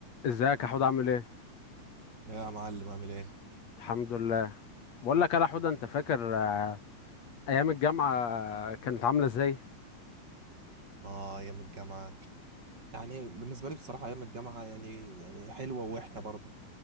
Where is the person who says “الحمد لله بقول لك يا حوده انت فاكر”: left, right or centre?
Left